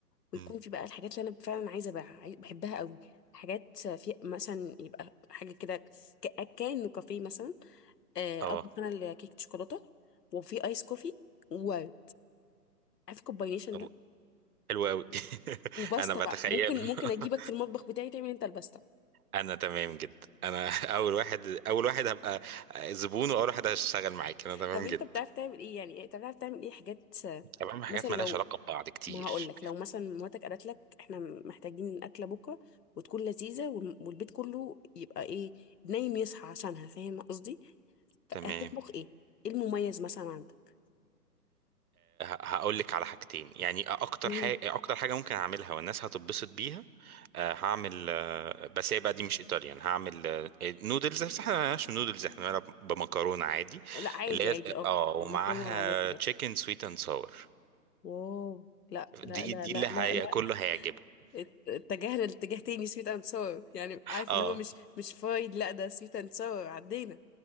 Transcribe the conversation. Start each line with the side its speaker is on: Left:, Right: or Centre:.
Left: ويكون
Right: مم.
Left: في بقى الحاجات اللي انا فعلا عايزه ابيعها عاي- بحبها قوي حاجات في مثلا يبقى حاجه كده ك- كانه كافيه مثلا آه،
Right: اه
Left: اطبخ انا الكيك شوكولاته وفي ايس كوفي واو عارف الكومباينيشن
Right: الله،
Left: ده
Right: حلو قوي <laughs>
Left: وباستا
Right: انا بتخيله
Left: بقى ممكن ممكن
Right: <laughs>
Left: اجيبك في المطبخ بتاعي تعمل انت الباستا
Right: انا تمام جدا انا اول واحد اول واحد هبقى زبون واول واحد هشتغل معاك
Left: <laughs>
Right: انا تمام
Left: طب انت
Right: جدا
Left: بتعرف تعمل ايه يعني بتعرف تعمل ايه حاجات آه،
Right: طب اعمل حاجات
Left: مثلا لو
Right: مالهاش علاقة ببعض كتير
Left: ما هقول لك لو مثلا مراتك قالت لك احنا محتاجين اكله بكره وتكون لذيذه وال- والبيت كله يبقى ايه نايم يصحى عشانها فاهم قصدي
Right: تمام
Left: هتطبخ ايه ايه المميز مثلا عندك
Right: هقول لك على حاجتين يعني اكتر
Left: مم.
Right: حاجه اكتر حاجه ممكن اعملها والناس هتتبسط بيها آه، هعمل آه، بس هي بقى دي مش ايطاليان هعمل آه، نودلز بس احنا ما بنعملش نودلز احنا بنعملها بمكرونه عادي
Left: لا عادي
Right: اللي هي
Left: عادي اه
Right: اه ومعاها
Left: المكرونه العاديه بتاعتك
Right: تشيكن سويت اند ساور
Left: واو لا لا
Right: دي
Left: لا
Right: دي
Left: لا
Right: اللي هي
Left: لا لا
Right: كله هيعجبه
Left: ات- اتجهنا لاتجاه تاني سويت اند ساور يعني عارف
Right: اه
Left: اللي هو مش مش فرايد لا ده سويت اند ساور عدينا